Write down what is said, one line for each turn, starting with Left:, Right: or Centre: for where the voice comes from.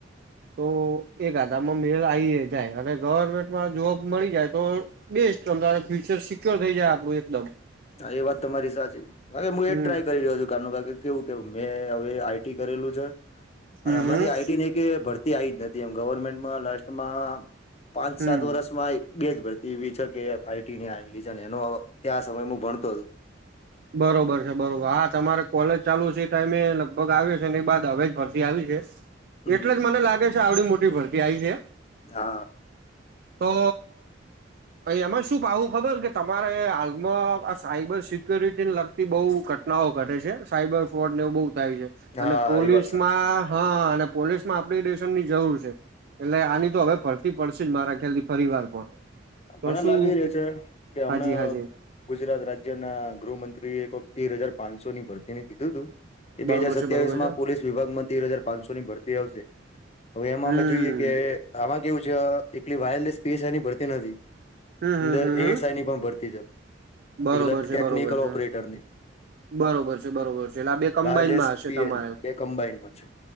Right: તો એ ગાધામાં મેળ આવી જાય અને ગવર્મેન્ટમાં જોબ મળી જાય તો બેસ્ટ તો ત ફ્યુચર સિક્યોર થઈ જાય આપડું એકદમ
Left: હા એ વાત તો તમારી સાચી હ હું એ જ
Right: હમ
Left: ટ્રાય કરી રહ્યો છું કારનું. કેવું કે મેં હવે આઈટી કરેલું છે અને
Right: હમ
Left: હમણાંથી
Right: હમ
Left: આઈટી. કે ભરતી આવી જ નથી એમ ગવર્મેન્ટમાં લાસ્ટમાં પાંચ
Right: હમ
Left: સાત વર્ષ બેજ ભરતી એવી છે કે આઈટી ની આવેલી છે એનો ત્યાં સમય હું ભણતો હતો.
Right: બરોબર છે બરોબર હા તમારે કોલેજ ચાલુ છે ટાઈમે લગભગ આવ્યો છે ને એક બાદ હવે જ ફરતી આવી છે.
Left: હમ
Right: એટલે જ મને લાગે છે આવડી મોટી ભરતી આવી છે.
Left: હા
Right: તો અહી એમાં શું પાવું ખબર કે તમારે હાલમાં સાઈબર સિક્યોરિટીને લગતી બહુ ઘટનાઓ ઘટે છે સાયબર ફ્રોડ નેવું બહુ થાય છે.
Left: હા
Right: અને પોલીસમાં
Left: એ વાત સાચી
Right: હા અને પોલીસ માં એપ્લડેશન ની જરૂર છે. એટલે આની તો હવે ફરતી પડશે જ મારા ખ્યાલથી ફિવાર પણ. તો
Left: મને
Right: શું
Left: લાગી રહ્યું
Right: કે
Left: છે કે હમણા.
Right: હાજી હાજી
Left: ગુજરાત રાજ્યના ગૃહમંત્રીએ એક વખત તેર હજાર પાંચસો ની ભરતી ને કીધું હતું. કે બે
Right: બરોબર
Left: હાજર
Right: છે
Left: સત્યાવીસ
Right: બરોબર
Left: માં
Right: છે
Left: પોલીસ વિભાગમાં તેર હજાર પાંચસો ની ભરતી આવશે. હવે એમાં
Right: હમ
Left: અમે જોઈએ કે આમાં કેવું છે એટલી વાયરલેસ સ્પેસ એની ભરતી નથી.
Right: હમ
Left: અંદર
Right: હમ હમ હમ
Left: એસ આ ઈ ની પણ ભરતી
Right: બરોબર
Left: છેટલે ટેકનિકલ
Right: છે બરોબર છે
Left: ઓપરેટરની.
Right: બરોબર છે બરોબર છે એટલે આ બે કમ્બાઈનમાં
Left: વાયરલેસ
Right: હશે
Left: પીએ
Right: તમારે
Left: ન બે કમ્બાઈનમાં છે.